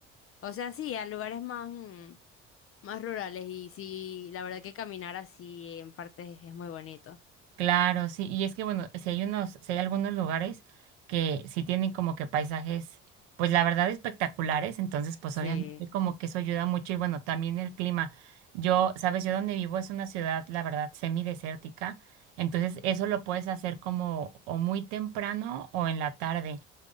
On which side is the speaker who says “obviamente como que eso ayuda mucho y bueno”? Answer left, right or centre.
Right